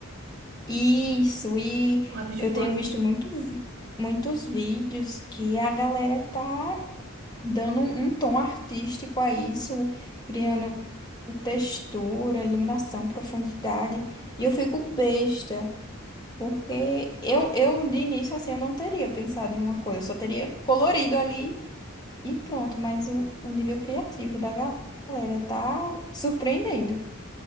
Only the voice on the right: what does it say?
lápis de
cor.